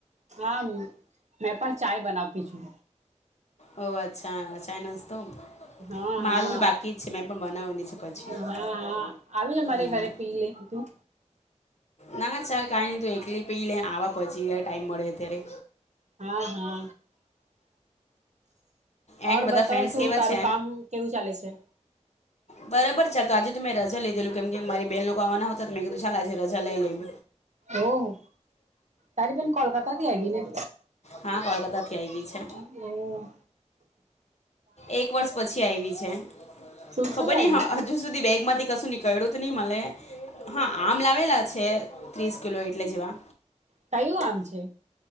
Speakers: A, on the right; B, on the left.
A: હા મેં પણ ચાય બનાવતી છું.
B: ઓહ! અચ્છા ચાય નાસ્તો
A: હા
B: મારું
A: હા
B: બી બાકી જ છે. મેં પણ બનાવવાની છે પછી.
A: હા હા આવી જા મારે
B: હમ્મ.
A: ઘરે પી લે તું
B: ના, ના ચાલ કાઈ નહી તું એકલી પી લે, આવા પછી અહ ટાઈમ મળે ત્યારે.
A: હા, હા.
B: એન્ડ
A: ઓર
B: બધા
A: બતાવ,
B: ફ્રેન્ડ્સ
A: શું
B: કેવા
A: તારું
B: છે
A: કામ કેવું ચાલે છે?
B: બરાબર છે આજે તો મે રજા લીધેલું કેમ કે મારી બેન લોકો આવવાના હોતા તો મેં કીધું ચાલ આજે રજા લઈ લે એમ.
A: ઓહ તારી બેન કોલકતાથી આવીને?
B: હા કોલકાતાથી આવી છે
A: હમ્મ.
B: એક વર્ષ પછી આયવી છે.
A: શું
B: ખબર
A: શું લાવી
B: નહીં હ હજુ સુધી બેગ માંથી કશું નીકળ્યું તો નહી મલે. આમ લાવેલા છે ત્રીસ કિલો એટલે જેવા
A: કયું આમ છે?